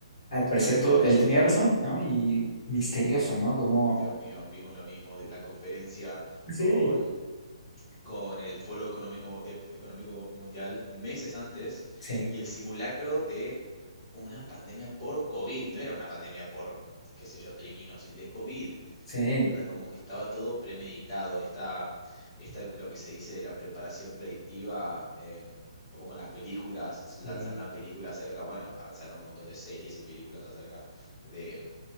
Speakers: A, on the left; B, on the left.
A: al parecer todo, él tenía razón, ¿no? Y misterioso, ¿no? Como...
B: Dios mío, vimos lo mismo, de la conferencia con,
A: Sí,
B: con el Foro Económico, Ep- Económico Mundial meses antes
A: sí,
B: y el simulacro de una pandemia por COVID, no era una pandemia por, qué sé yo, triquinosis, de COVID,
A: sí,
B: ¿verdad? Como que estaba todo premeditado, esta, esta lo que se dice de la preparación predictiva, em, como con las películas, lanzan
A: sí.
B: una película acerca, bueno, lanzaron un montón de series y películas acerca de